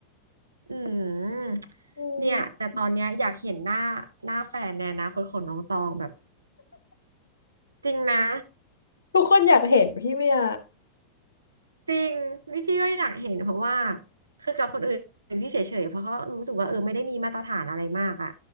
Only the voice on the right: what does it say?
อืม
เนี่ยแต่ตอนเนี้ยอยากเห็นหน้าหน้าแฟนในอนาคตของน้องตองแบบจริงนะ
จริงนี่พี่ก็อยากเห็นเพราะว่าคือกับคนอื่นพี่เฉยๆเพราะเขารู้สึกว่าเออไม่ได้มีมาตรฐานอะไรมากอะ